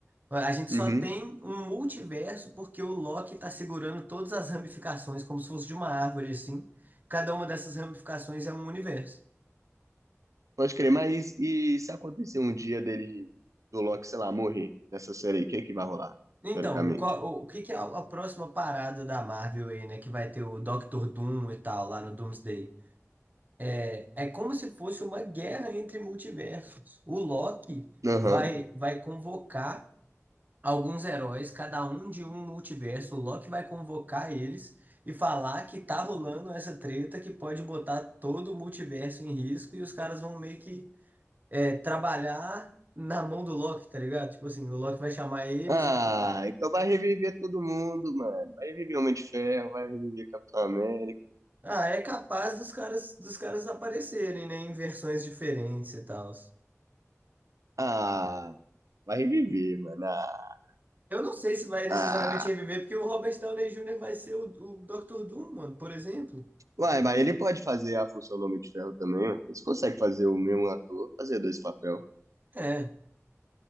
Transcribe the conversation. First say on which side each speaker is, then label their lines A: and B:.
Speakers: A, on the right; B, on the right.
A: A gente
B: Uhum.
A: só tem um multiverso porque o Loki tá segurando todas as ramificações, como se fosse de uma árvore assim. Cada uma dessas ramificações é um universo.
B: Pode crer, mas e se acontecer um dia dele, do Loki, sei lá, morrer nessa série aí, o que que vai rolar?
A: Então,
B: Teoricamente.
A: qual- o que que é a a próxima parada da Marvel aí, né? Que vai ter o Doctor Doom e tal, lá no Doomsday. É, é como se fosse uma guerra entre multiversos. O Loki
B: Aham.
A: vai, vai convocar alguns heróis, cada um de um multiverso. O Loki vai convocar eles e falar que tá rolando essa treta que pode botar todo o multiverso em risco e os caras vão meio que é, trabalhar na mão do Loki, tá ligado? Tipo assim, o Loki vai chamar eles
B: Ah,
A: e.
B: então vai reviver todo mundo, mano. Vai reviver Homem de Ferro, vai reviver Capitão América.
A: Ah, é capaz dos caras, dos caras aparecerem, né, em versões diferentes e tal.
B: Ah, vai reviver, mano. Ah,
A: Eu não sei se vai necessariamente
B: ah.
A: reviver, porque o Robert Downey Jr. vai ser o, o Dr. Doom, mano, por exemplo.
B: Uai, mas ele pode fazer a função do Homem de Ferro também, ó. Eles conseguem fazer o mesmo ator, fazer dois papel.
A: É,